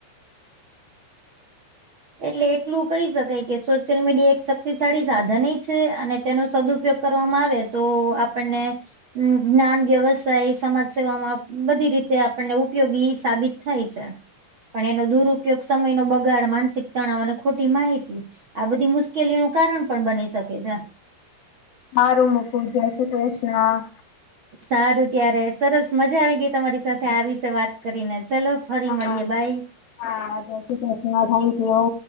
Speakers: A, on the right; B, on the left.
A: એટલે એટલું કહી શકાય કે સોશિયલ મીડિયા એક શક્તિશાળી સાધન છે અને તેનો સદુપયોગ કરવામાં આવે તો આપણને જ્ઞાન વ્યવસાય સમાજ સેવાવામાં બધી રીતે આપણને ઉપયોગી સાબિત થાય છે. પણ એનો દુરુપયોગ સમયનો બગાડ માનસિક તણાવ અને ખોટી માહિતી આ બધી મુશ્કેલીઓનું કારણ પણ બની શકે છે.
B: હારુ મૂકું જય શ્રી કૃષ્ણ.
A: સારું ત્યારે સરસ મજા આવી ગઈ તમારી સાથે આવી છે વાત કરીને ચાલો
B: હા
A: ફરી મળીએે બાય.
B: હા જય શ્રી કૃષ્ણ થેન્ક યુ.